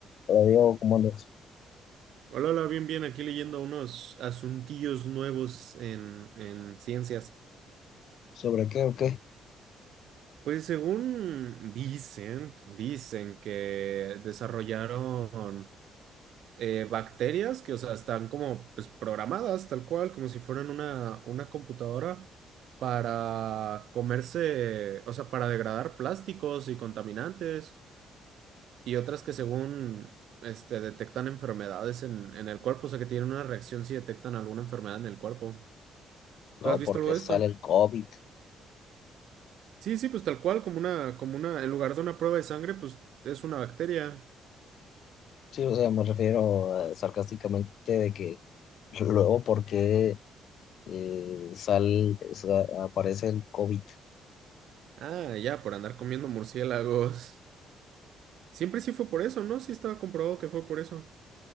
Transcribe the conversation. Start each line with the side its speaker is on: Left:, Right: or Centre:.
Left: Pero digo, como andas?
Right: Hola, hola, bien, bien, aquí leyendo unos asuntillos nuevos en, en ciencias.
Left: ¿Sobre qué o qué?
Right: Pues según dicen, dicen que desarrollaron eh, bacterias que, o sea, están como pues, programadas tal cual, como si fueran una, una computadora para comerse, o sea, para degradar plásticos y contaminantes y otras que según este, detectan enfermedades en, en el cuerpo, o sea, que tienen una reacción si detectan alguna enfermedad en el cuerpo.
Left: No,
Right: ¿Tú has visto
Left: porque
Right: algo de
Left: sale
Right: esto?
Left: el COVID.
Right: Sí, sí, pues tal cual, como una, como una, en lugar de una prueba de sangre, pues es una bacteria.
Left: Sí, o sea, me refiero eh, sarcásticamente de que luego porque eh, sal, sa- aparece el COVID.
Right: Ah, ya, por andar comiendo murciélagos. Siempre sí fue por eso, ¿no? Sí estaba comprobado que fue por eso.